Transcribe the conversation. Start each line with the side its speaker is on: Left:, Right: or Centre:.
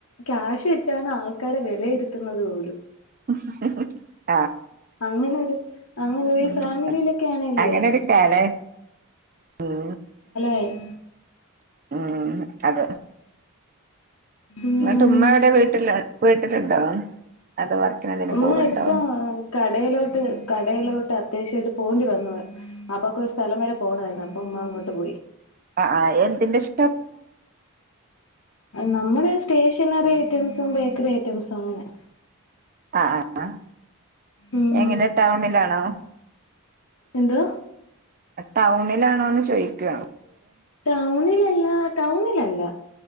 Left: ക്യാഷ് വെച്ചാണ് ആൾക്കാരെ വിലയിരുത്തുന്നത് പോലും
Right: <unintelligible>
Left: അങ്ങനെരു അങ്ങനെരു
Right: ഉം
Left: ഫാമിലിയിലൊക്കെ ആണേലുവേ
Right: അങ്ങനെ ഒരു കാലേ ഉം
Left: <unintelligible>
Right: ഉം അത
Left: ഉം
Right: ങ്ങിട്ട് മ്മ എവിടെ വീട്ടിൽ വീട്ടിലുണ്ടോ അതോ വർക്കിനെന്തേലും പോവുണ്ടോ
Left: മ് ഇപ്പ കടയിലോട്ട് കടയിലോട്ട് അത്യാവശ്യം <unintelligible> പോണ്ടി വന്നു അപ്പൊക്ക് ഒരു സ്ഥലം വരെ പോണമായിരുന്നു അപ്പൊ അമ്മ അങ്ങോട്ട് പോയി
Right: ആ ആ എന്തിന്റെ <unintelligible>
Left: നമ്മള് സ്റ്റേഷനറി ഐറ്റംസും ബേക്കറി ഐറ്റംസും അങ്ങനെ
Right: ആ ആ
Left: ഉം
Right: എങ്ങനെ ടൗണിലാണോ
Left: എന്ത്
Right: ടൗണിലാണോന്ന് ചോയിിക്കുവ
Left: ടൗണിലല്ല ടൗണിലല്ല